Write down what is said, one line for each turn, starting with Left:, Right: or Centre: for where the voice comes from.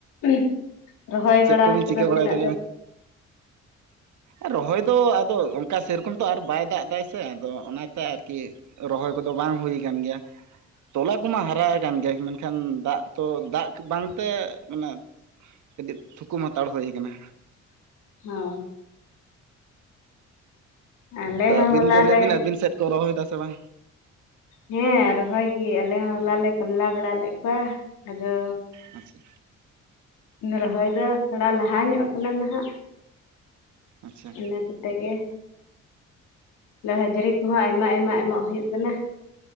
Left: <inaudible> ᱨᱚᱦᱚᱭ
Right: ᱪᱮᱫ
Left: ᱵᱟᱲᱟ
Right: ᱠᱚᱵᱤᱱ
Left: ᱠᱚᱫᱚ
Right: ᱪᱤᱠᱟᱹ ᱵᱟᱲᱟᱭᱮᱫᱟ
Left: ᱛᱤᱱᱟᱹᱜ ᱫᱷᱟᱹᱵᱤᱡ
Right: ᱟᱨ ᱨᱚᱦᱚᱭ ᱫᱚ ᱟᱫᱚ ᱚᱱᱠᱟ ᱥᱮᱨᱚᱠᱚᱢ ᱛᱚ ᱟᱨ ᱵᱟᱭ ᱫᱟᱜ ᱫᱟᱭ ᱥᱮ ᱟᱫᱚ ᱚᱱᱟᱛᱮ ᱟᱨᱠᱤ ᱨᱚᱦᱚᱭ ᱠᱚᱫᱚ ᱵᱟᱝ ᱦᱩᱭ ᱠᱟᱱ ᱜᱮᱭᱟ ᱛᱚᱞᱟ ᱠᱚᱢᱟ ᱦᱟᱨᱟ ᱠᱟᱱ ᱜᱮᱭᱟ <inaudible> ᱮᱱᱠᱷᱟᱱ ᱫᱟᱜ ᱛᱚ ᱫᱟᱜ ᱵᱟᱝ ᱛᱮ ᱢᱟᱱᱮ ᱠᱟᱹᱴᱤᱡ ᱛᱷᱩᱠᱩᱢ ᱦᱟᱛᱟᱲ ᱦᱩᱭ ᱠᱟᱱᱟ
Left: ᱦᱚᱸ ᱟᱞᱮ
Right: ᱛᱚ
Left: ᱦᱚᱸ
Right: ᱟᱹᱵᱤᱱ
Left: ᱦᱚᱞᱟ
Right: ᱜᱮ ᱞᱟᱹᱭ
Left: ᱞᱮ
Right: ᱵᱤᱱ ᱟᱹᱵᱤᱱ ᱥᱮᱫ ᱠᱚ ᱨᱚᱦᱚᱭ ᱫᱟ ᱥᱮ ᱵᱟᱝ
Left: ᱦᱮᱸ ᱨᱚᱦᱚᱭ ᱜᱮ ᱟᱞᱮ ᱦᱚᱸ ᱦᱚᱞᱟ ᱞᱮ ᱠᱢᱞᱟ ᱵᱟᱲᱟ ᱞᱮᱫ ᱠᱚᱣᱟ ᱟᱫᱚ
Right: ᱟᱪᱪᱷᱟ
Left: ᱨᱚᱦᱚᱭ ᱫᱚ ᱛᱷᱚᱲᱟ ᱞᱟᱦᱟ ᱧᱚᱜ ᱠᱟᱱᱟ ᱱᱟᱦᱟᱜ
Right: ᱟᱪᱪᱷᱟ
Left: ᱤᱱᱟᱹ ᱛᱮᱜᱮ ᱦᱟᱹᱡᱨᱤ ᱠᱚᱦᱚᱸ ᱟᱭᱢᱟ ᱟᱭᱢᱟ ᱮᱢᱚᱜ ᱦᱩᱭᱩᱜ ᱠᱟᱱᱟ